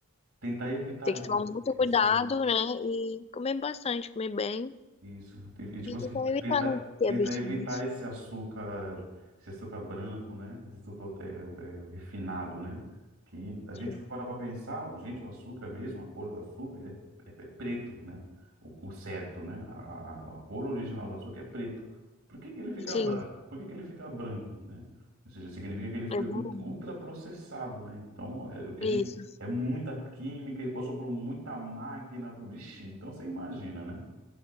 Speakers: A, on the right; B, on the left.
A: tentar evitar
B: ter que
A: esse,
B: tomar muito
A: esse
B: cuidado, né? E comer bastante, comer bem.
A: Isso. E, e, tipo
B: E
A: assim,
B: tentar evitar
A: tenta,
B: não ter
A: tenta
B: abstinência.
A: evitar esse açúcar, esse açúcar branco, né? Esse açúcar é, é, é, refinado, né? Que a
B: Sim.
A: gente for parar para pensar, gente, o açúcar é mesmo, a cor do açúcar, ele é, é- é preto, né? O, o certo, né? A, a, a cor original do açúcar é preto. Por que que ele fica
B: Sim,
A: branco? Por que que ele fica branco, né? Ou seja, significa que ele foi
B: é bom.
A: ult- ultraprocessado, né? Então, é, o que
B: Isso,
A: a gente. É muita química, ele passou por muita máquina. Vixe, então você imagina, né?